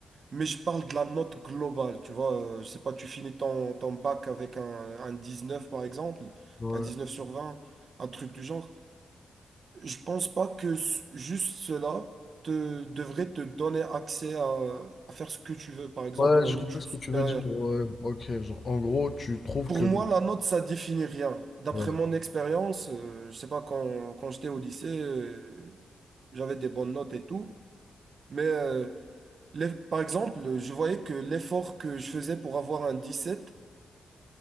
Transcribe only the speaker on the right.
Mais je parle de la note globale, tu vois. euh, je sais pas, tu finis ton, ton bac avec un, un 19 par exemple,
un 19 sur 20, un truc du genre. Je pense pas que s- juste cela te, devrait te donner accès à, à faire ce que tu veux, par exemple
en
études
supérieures.
Pour
moi,
la note, ça définit rien. D'après
mon expérience, euh, je sais pas, quand, quand j'étais au lycée, euh, j'avais des bonnes notes et tout, mais euh, les- par exemple, je voyais que l'effort que je faisais pour avoir un dix-sept